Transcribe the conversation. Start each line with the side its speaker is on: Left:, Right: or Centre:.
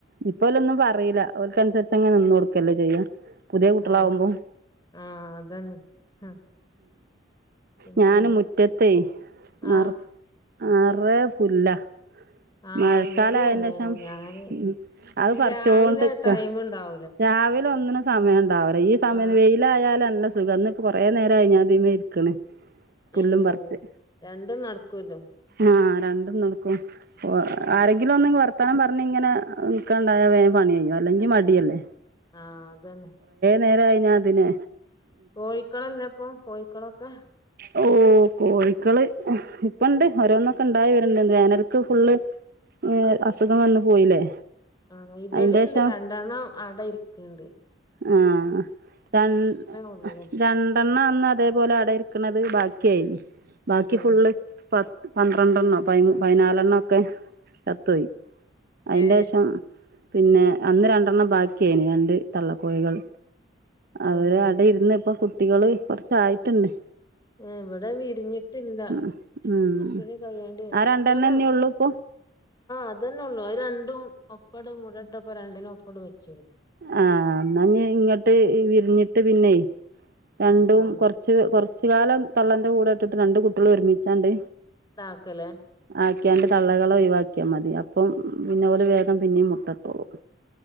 Right: ഇപ്പോലൊന്നും പറയില്ല ഓല്ക്കനുസരിച്ച് ഇപ്പൊ അങ്ങനെ നിന്ന് കൊടുക്കല്ലേ ചെയ്യാ പുതിയ കുട്ടികൾ
Left: ആ
Right: ആവുമ്പോ
Left: ആ അതന്നെ ആ പിന്നെ
Right: ഞാൻ മുറ്റത്തെയ് നെറച്ച്
Left: ആ
Right: നെറയെ പുല്ലാ
Left: ആഹ്
Right: മഴക്കാലായേന്റേഷം
Left: ഇവിടെ അങ്ങനെതന്നെ ഞാന്
Right: ഉം അത്
Left: ഈ
Right: പറിച്ചോണ്ട്ക്കാ
Left: രാവിലെ ടൈം ഉണ്ടാവും
Right: രാവിലെ ഒന്നിനും സമയം ഉണ്ടാവുല ഈ സമയം
Left: ആ
Right: വെയിലായാലാ <unintelligible> ഇപ്പോ തന്നെ കൊറേ നേരായിഞ്ഞാൻ ഇതിമേ ഇരിക്ക്ണ് പുല്ലും
Left: ഏ
Right: പറിച്ച്
Left: രണ്ടും നടക്കൂല്ലോ
Right: ആഹ് രണ്ടും നടക്കും ഓ
Left: ആ
Right: ആരെങ്കിലും ഒന്ന് <unintelligible> ർത്താനം പറഞ്ഞ്ങ്ങനെ നിൽക്കാണ്ടായ വേം പണി കഴിയും അല്ലെങ്കി മടിയല്ലേ
Left: ആഹ് തന്നെ
Right: നേരായിഞ്ഞാനിതിന്
Left: കോഴിക്കളില്ലെപ്പം കോഴിക്കളൊക്കെ
Right: ഓ കോഴിക്കള് ഇപ്പണ്ട് ഓരോന്നൊക്കെ ഇണ്ടായി വര്ന്ന്ണ്ട് വേനൽക്ക് ഫുള്ള് ആഹ് അസുഖം വന്ന് പോയില്ലേ
Left: ആഹ് ഇവിടെണ്ട്
Right: അയിന്റേഷം
Left: രണ്ടെണ്ണം അട ഇരിക്ക്ണ്ട്
Right: ആ രണ്ട്
Left: ഉള്ളൂ
Right: രണ്ടെണ്ണാണ് അടരിക്ക് ഓല് അട ഇരിക്കുന്നത് ബാക്കി ച്ചെയ് ബാക്കി
Left: ആ
Right: ഫുള്ള് പത്ത് പന്ത്രണ്ടെണ്ണം പ പതിനാലെണ്ണൊക്കെ ചത്തുപോയി അയിന്റേഷം
Left: ഏ
Right: പിന്നെ അന്ന് രണ്ടെണ്ണം ബാക്കിയായിന് രണ്ട് തള്ളക്കോഴികൾ
Left: അത്
Right: അവര്
Left: ശരി
Right: അട ഇര്ന്ന് ഇപ്പോ കുട്ടികള് കൊർ ആയി തന്നെ
Left: എവിടെ വിരിഞ്ഞിട്ടില്ല
Right: ഉം ഉം
Left: കുറച്ചുകൂടി കഴിയേണ്ടി വരും
Right: ആ രണ്ടെണ്ണന്നെ
Left: ഇപ്പന്നെ
Right: ഉള്ളൂ ഇപ്പൊ
Left: അതന്നെ ഉള്ളൂ ആ രണ്ടും ഒപ്പട മു രണ്ടിനും ഒപ്പരംവെച്ചെടു
Right: ആഹ് എന്നാഇങ്ങട്ട് വിരിഞ്ഞിട്ട് പിന്നെ രണ്ടും
Left: ആഹ്
Right: കുറച്ച് കുറച്ച കാലം തള്ളന്റെ കൂടെ ഇട്ടിട്ട് രണ്ട് കുട്ടികളും ഒരുമിച്ചാണ്ട്
Left: ന്നകാല്ലേ
Right: അതൊക്യാ തള്ളകളെ ഒഴിവാക്കിയാൽ മതി അപ്പം പിന്നേ ഓരു വേഗം പിന്നെയും മുട്ട ഇട്ടോളും